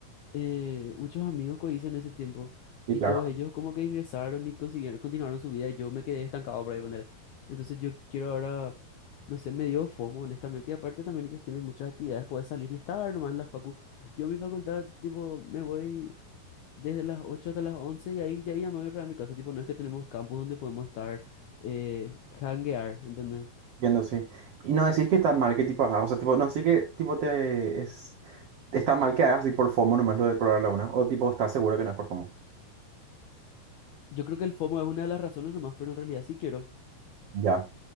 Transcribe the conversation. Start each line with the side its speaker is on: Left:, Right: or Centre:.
Left: eh, muchos amigos que hice en ese tiempo.
Right: Sí,
Left: Y
Right: claro,
Left: todos ellos como que ingresaron y consiguieron, continuaron su vida. Y yo me quedé estancado por ahí, poner. Entonces yo quiero ahora No sé, me dio FOMO, honestamente. Y aparte también ellos tienen muchas actividades, puedes salir y estar nomás en la facu. Yo a mi facultad, tipo, me voy desde las 8 hasta las 11 y ahí ya, ya me voy a mi casa. Tipo, no es que tenemos campus donde podemos estar, eh, hanguear, ¿entendés?
Right: entiendo, sí. Y no decís que está mal, que tipo, ajá, o sea, tipo, no sé que tipo te es está mal que hagas así por FOMO nomás lo de probar la una, o tipo, estás seguro que no es por FOMO.
Left: Yo creo que el FOMO es una de las razones nomás, pero en realidad sí quiero.
Right: Ya.